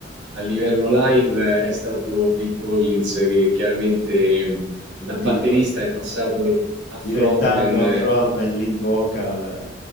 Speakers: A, on the right; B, on the left.
A: a livello live è stato Phil Collins, che chiaramente da batterista
B: sì, poi
A: è passato a frontman.
B: diventando frontman, lead vocal,